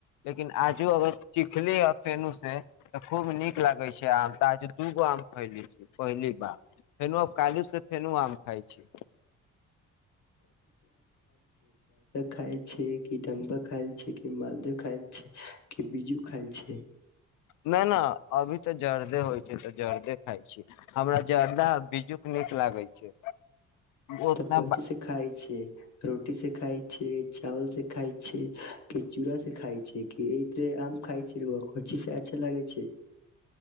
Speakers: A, on the left; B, on the left.
A: लेकिन आजू अगर चिखले फे नु तऽ खूब नीक लागै छै आम ता जरगु वाम खली छी पहली बार फेर आ काल् से फेर आम खााय छी
B: खाय छै कि डम्भा खायल छै कि मालदह खायल छै कि बीजु खायल छै
A: न न अभी तऽ जर्दे होइ छै जर्दे खााय छी हमरा जर्दा बी्जूक नीक लागै छै ओतना
B: तऽ कथी से खाय छै रोटी से खाय छै चावल से खाय छै कि चूड़ा खाय से कि आम खा छी र खो छी से अच्छा लागे जी